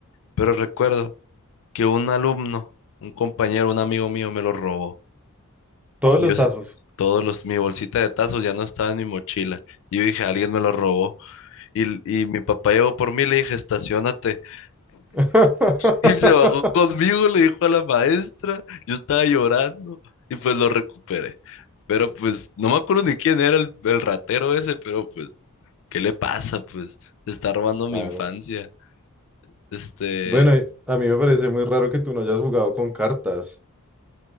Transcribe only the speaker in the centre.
Todos
los
tazos.
<laughs>
Claro.
Bueno, y a mí me parece muy raro que tú no hayas jugado con cartas.